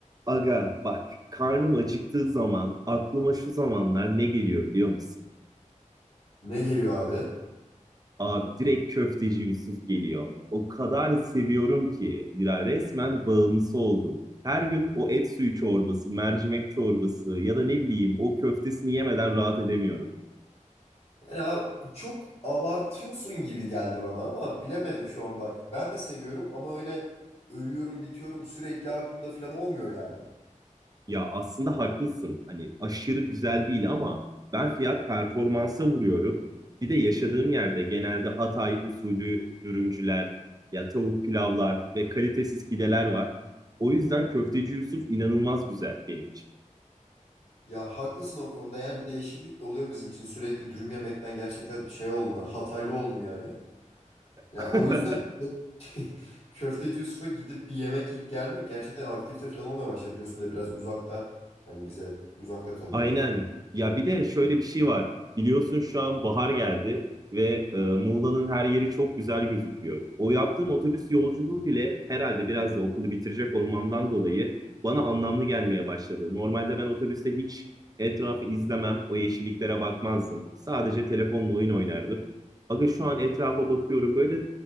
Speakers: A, on the right (about 30°); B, on the left (about 45°).
A: Aga bak karnım acıktığı zaman aklıma şu zamanlar ne geliyor biliyor musun?
B: Ne geliyor abi?
A: Abi direkt köfteci Yusuf geliyor. O kadar seviyorum ki ya resmen bağımlısı oldum. Her gün o et suyu çorbası, mercimek çorbası ya da ne bileyim o köftesini yemeden rahat edemiyorum.
B: Yani abi çok abartıyorsun gibi geldi bana ama bilemedim şu an bak. Ben de seviyorum ama öyle ölüyorum bitiyorum sürekli aklımda falan olmuyor yani.
A: Ya aslında haklısın. Hani aşırı güzel değil ama ben fiyat performansa vuruyorum. Bir de yaşadığım yerde genelde Hatay usulü dürümcüler, ya tavuk pilavlar ve kalitesiz pideler var. O yüzden Köfteci Yusuf inanılmaz güzel benim için.
B: Ya haklısın o konuda yani bir değişiklik de oluyor bizim için. Sürekli dürüm yemekten gerçekten şey oldum ya Hataylı oldum yani. Ya
A: <laughs>
B: o yüzden <laughs> Köfteci Yusuf'a gidip bir yemek yiyip gelmek gerçekten aktivite falan olmaya başladı. Biliyorsun bir de biraz uzakta. Yani bize uzakta kalıyor.
A: Aynen. Ya bir de şöyle bir şey var. Biliyorsun şu an bahar geldi ve e, Muğla'nın her yeri çok güzel gözüküyor. O yaptığım otobüs yolculuğu bile herhalde biraz da okulu bitirecek olmamdan dolayı bana anlamlı gelmeye başladı. Normalde ben otobüste hiç etrafı izlemem, o yeşilliklere bakmazdım. Sadece telefonla oyun oynardım. Aga şu an etrafa bakıyorum böyle